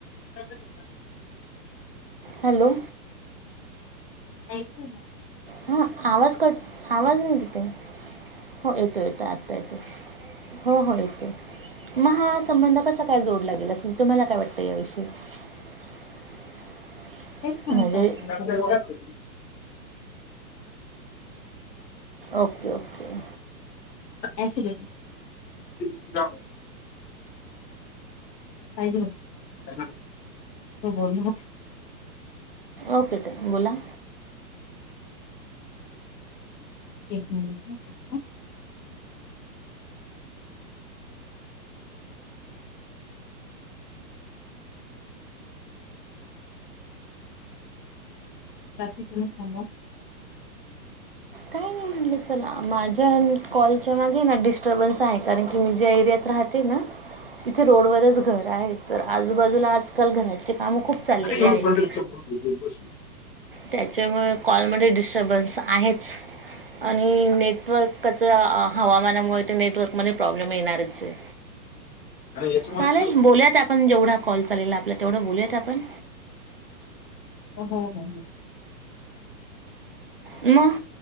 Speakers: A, on the left; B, on the right.
A: <inaudible>
B: Hello.
A: ऐकू येईना.
B: हा आवाज कट, आवाज नाही येत ताई. हो येतोय येतोय आत्ता येतोय. हो हो येतोय. मग हा संबंध कसा काय जोडला गेला असेल? तुम्हाला काय वाटतं याविषयी? <inaudible>
A: तेच सांगता
B: म्हणजे
A: येत नाही. <unintelligible>
B: Okay, okay.
A: एसिडिटी <inaudible> <unintelligible>
B: ओके, ताई बोला.
A: एक मिनिट हं. बाकी तुम्ही सांगा.
B: काय नाही मग चला माझ्या कॉलच्या मागे ना डिस्टर्बन्स आहे. कारण की मी ज्या एरियात राहते ना तिथे रोडवरच घर आहे. तर आजूबाजूला आजकाल घराचे काम खूप चाललेले
A: <unintelligible>
B: आहेत त्याच्यामुळे कॉलमध्ये डिस्टर्बन्स आहेच आणि आणि नेटवर्कच हवामानामुळे, ते नेटवर्क मध्ये प्रॉब्लेम येणारच आहे.
A: याच्यामध्ये
B: चालेल
A: हो
B: बोलयात आपण, जेवढा कॉल चालेल आपला तेवढं बोलूयात आपण
A: हो, हो, हो.
B: मग